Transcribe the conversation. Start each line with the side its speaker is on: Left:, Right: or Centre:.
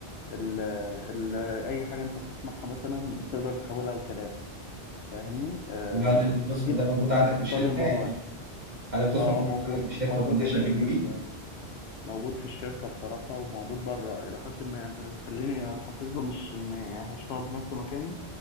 Left: ال ال اي حاجة انت بتسمعها مثلا بتقدر تحولها لكلام فاهمني آه،
Right: هل القسم
Left: دي بخ-
Right: ده موجود عندك
Left: باختصار
Right: في الشركة
Left: للموضوع
Right: يعني
Left: يعني.
Right: هل القسم
Left: اه
Right: ده موجود
Left: اه موجود
Right: عندك في الشركة
Left: موجود
Right: وفي الناس
Left: اوريدي
Right: شغالين
Left: في ال-
Right: بيه؟
Left: موجود في الشركة بصراحة وموجود بره إلى حد ما يعني خليني أتحفز له مش إني هشتغل في نفس مكاني